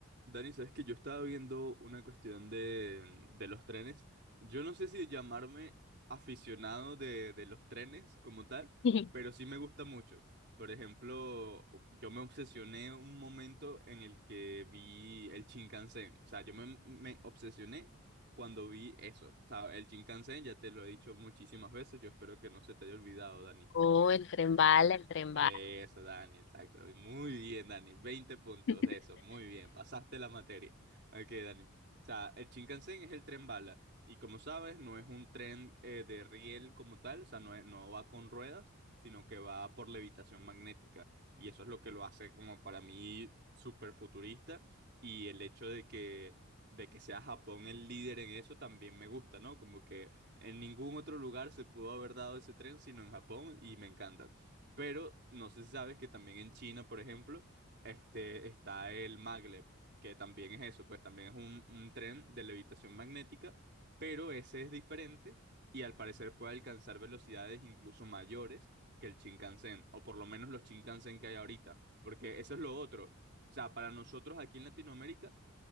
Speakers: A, on the right; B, on the left.
A: Dani, sabes que yo estaba viendo una cuestión de, de los trenes. Yo no sé si llamarme aficionado de, de los trenes como tal,
B: <laughs>
A: pero sí me gusta mucho. Por ejemplo, yo me obsesioné un momento en el que vi el Shinkansen. O sea, yo me, me obsesioné cuando vi eso. O sea, el Shinkansen, ya te lo he dicho muchísimas veces, yo espero que no se te haya olvidado, Dani.
B: Oh, el tren bala, el tren
A: Eso,
B: bala.
A: Dani, exacto. Muy bien, Dani. veinte puntos,
B: <laughs>
A: eso, muy bien. Pasaste la materia. Ok, Dani. O sea, el Shinkansen es el tren bala. Y como sabes, no es un tren eh, de riel como tal, o sea, no, es- no va con ruedas, sino que va por levitación magnética. Y eso es lo que lo hace como para mí súper futurista. Y el hecho de que, de que sea Japón el líder en eso también me gusta, ¿no? Como que en ningún otro lugar se pudo haber dado ese tren sino en Japón y me encanta. Pero no sé si sabes que también en China, por ejemplo, este, está el maglev, que también es eso, pues también es un, un tren de levitación magnética, pero ese es diferente y al parecer puede alcanzar velocidades incluso mayores que el Shinkansen, o por lo menos los Shinkansen que hay ahorita, porque eso es lo otro. O sea, para nosotros aquí en Latinoamérica